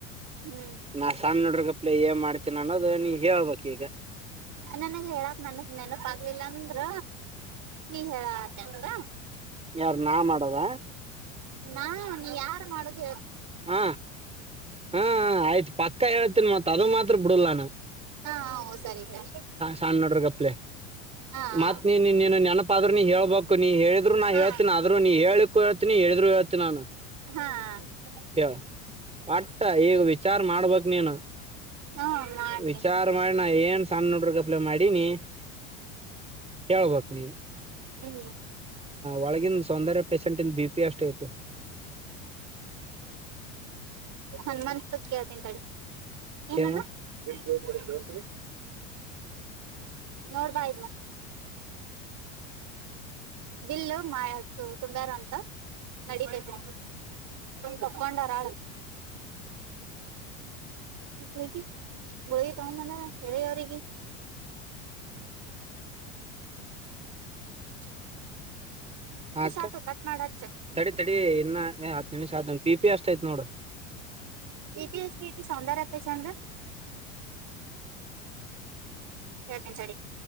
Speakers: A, on the right (about 50°); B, on the right (about 15°).
A: ಹ್ಮ್
B: ನಾ ಸಣ್ಣ ಹುಡ್ಗೀರ್ ಆಗಪ್ಲೇ ಏನ್ ಮಾಡ್ತೀನ ಅನ್ನೋದು ನೀ ಹೇಳ್ಬೇಕ್ ಈಗ
A: ನನ್ಗ ಹೇಳಾಕ್ ನನ್ಗ್ ನೆನಪ ಆಾಗಲಿಲ್ಲ ಅಂದ್ರ ನೀ ಹೇಳ ಎಂತ
B: ಯಾರ ನಾ ಮಾಡೋದ
A: ನಾ ನೀ ಯಾರು ಮಾಡುದ
B: ಹ ಹಾ ಆಯ್ತು ಪಕ್ಕ ಹೇಳ್ತನ್ ಮತ್ತ ಅದು ಮಾತ್ರ ಬಿಡಲ್ಲ ನಾ
A: ಹಾ ಸರಿ ಸರಿ
B: ಸಣ್ಣ ಹುಡ್ಗೀರ್ ಆಗಪ್ಲೆ
A: ಹಾ ಹಾ
B: ಮತ್ ನೀನ್ನ್ನನು ನೆನಪ ಆದ್ರರು ನೀ ಹೇಳ್ಬೇಕು ನೀ ಹೇಳಿದ್ ನಾ
A: ಹಾ
B: ಹೇಳ್ತಿನಿ ಆದರು ನೀ ಹ ಹೇಳಳ್ಕ್ ಹೇಳ್ತಿನಿ ಹೇಳಿದ್ರುೇತೀನ ನಾನು
A: ಹಾ ಹ
B: ಕೇ ಒಟ್ಟ ಈಗ ವಿಚಾರ ಮಾಡ್ಬಕ್ ನೀನು
A: ಹ್ಮ ಮಾಡ್ತೀನಿ
B: ವಿಚಾರ ಮಾಡಣ ಏನ್ ಸಣ್ಣ ನೋಡ್ರಗಪ್ಲೆ ಮಾಡಿನಿ ಕೇಳ್ಬಕು ನೀವು
A: ಹೂ
B: ಒಳಗಿನನ್ ಸೌಂದರ್ಯ ಪೇಶೆಂಟ ಬಿ ಪಿ ಅಷ್ಟ ಐತಿ
A: ಹನುಮಾನ್ತ್ ಕೇಳ್ತಿನಿ ತಡಿ ಏನ
B: ಕೇಳ
A: ಅಣ್ಣ <unintelligible> ನೋಡ್ಬಾ ಇದನ ಬಿಲ್ಲು ಮಾ ತುಂಬಾರ ಅಂತ ನಡೇತೆತಿ ತಕ್ಕೊಂಡರಳ ಗುಳಿಗೆ ತಗೊಂಡ್ ಬಂದಾರ ಹೇಳಿ ಅವ್ರಿಗೆ
B: ಹ
A: ಹ
B: ಹ ಅಕ್ಕ
A: ಆತು ಕಟ್ ಮಾಡ ಹಚ್ಚ
B: ತಡಿ ತಡಿ ಇನ್ನ ಹತ್ತು ನಿಮಿಷ ಆದ ಪಿ ಪಿ ಎಷ್ಟ ಎಷ್ಟ ಆಯ್ತ್ ನೋಡ
A: ತಿ ಎಸ್ಟ ಸೌಂದರ್ಯತ ಚಂದ್ರ ಹೇಳ್ತಿನಿ ತಾಡಿ